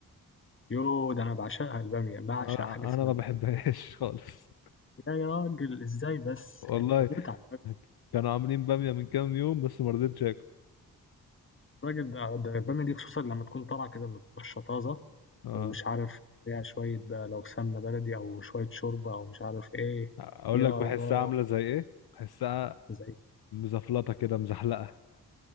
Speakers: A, on the left (about 30°); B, on the left (about 65°).
A: يو ده انا بعشقها الباميه بعشق
B: انا
A: حاجه اسمها
B: انا ما بحبهاش
A: باميه بجد.
B: <laughs> خالص
A: يا راجل ازاي بس
B: والله
A: يعني ده متعه
B: كانوا عاملين بامية من كام يوم بس ما رضيتش اكل
A: الراجل ده ده بيعمل دي خصوصا لما تكون طالع كده من الطشه طازه
B: اه
A: ومش عارف فيها شويه بقى لو سمنه بلدي او شويه شوربه او مش عارف ايه
B: اقول
A: يا
B: لك بحسها
A: الله
B: عاملة زي ايه بحسها
A: زي
B: مزفلطة كده مزحلقة